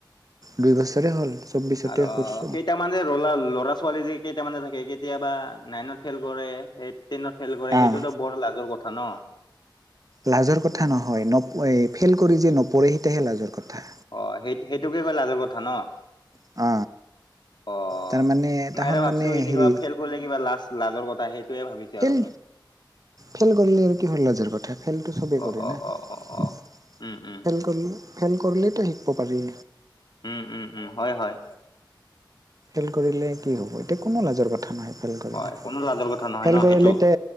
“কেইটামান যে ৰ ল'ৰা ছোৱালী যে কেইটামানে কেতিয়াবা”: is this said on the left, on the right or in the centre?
Left